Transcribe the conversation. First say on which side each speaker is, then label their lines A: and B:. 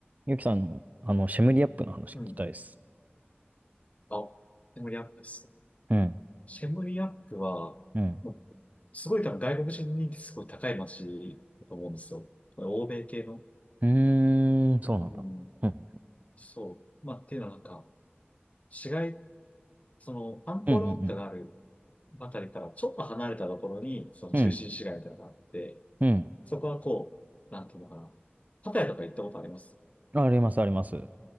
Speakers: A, on the right; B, on the left.
A: ゆきさんの、あの、シェムリアップの話聞きたいです。
B: うん。あ、シェムリアップですね。
A: うん、
B: シェムリアップは、
A: うん。
B: もう、すごい多分外国人人気すごい高い街だと思うんですよ。欧米系の。
A: うーん、そうなんだ。
B: うん。
A: うん、
B: そう。まあ、っていうのはなんか、市街、その、アンコールワットがある
A: うん、うん、
B: あたりからちょっと離れたところに、その中心市街みたいなのがあって、
A: うん、うん。うん
B: そこはこう、なんていうのかな。パタヤとか行ったことあります
A: あります、あります。